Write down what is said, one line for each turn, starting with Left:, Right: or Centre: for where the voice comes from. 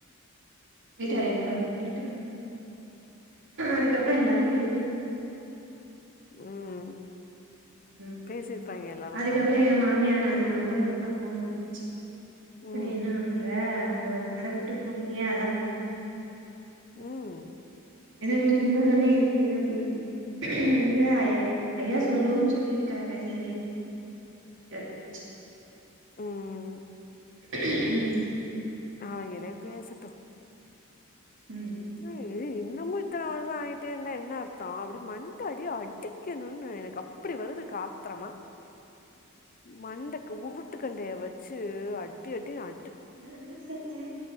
Left: ம்
Right: வீட்டுகார் இர்க்காரு அப்டின்னுட்டு வந்துட்டே அதுக்கப்றொ எல்லாரு பேசி
Left: ம்
Right: ம்
Left: பேசிருப்பாங்க எல்லாரு
Right: அதுக்கப்றொ
Left: உக்காந்து
Right: ஏ மாமியா நா இங்க வந்த க்கப்றொ ஃபோன் பண்ணுச்சு அது
Left: ம்
Right: என்ன இல்ல சங்கடப்பட்டு போனீயே அதா ஃபோன் பண்ணே
Left: ம்
Right: <inaudible> இல்ல நீ சும்மா நானே இருக்கே அப்டின்னே இல்ல ஐயா சொல்லுவன்ன சொல்லிருக்கா நீ எதயு நெனைக்காத அப்டின்னுட்டு வந்துருச்சு
Left: ம்
Right: ம்
Left: அவிங்களே பேசட்டூ
Right: ம்
Left: இ இன்னமு இத்தன வருஷொ ஆயிட்டே இருந்தா என்ன அர்த்தொ அப்டி மண்டடி அடி க்கணுனு எனக்கு அப்டி வருது க ஆத்ரமா மண்ட உருட்டுக்கண்டய வச்சு அடி அடி அ
Right: நானே சல் றோ